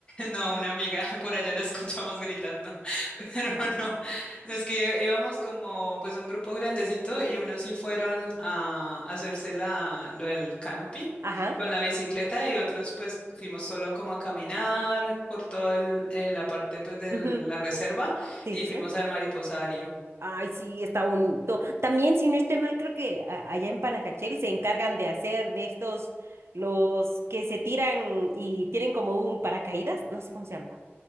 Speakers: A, on the left (about 25°); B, on the right (about 65°).
A: no, una amiga, por allá la escuchamos gritando. <laughs> Pero no, no, es que íbamos como pues un grupo grandecito y unos sí fueron a hacerse la, lo del canopy
B: ajá.
A: con la bicicleta y otros pues fuimos solo como a caminar por toda la parte pues de
B: ujú,
A: la reserva
B: Sí,
A: y
B: sí,
A: fuimos
B: sí.
A: al mariposario.
B: Ay, sí, está bonito. También, si no estoy mal, creo que a- allá en Panajachel se encargan de hacer de estos, los que se tiran y tienen como un paracaídas, no sé cómo se llama.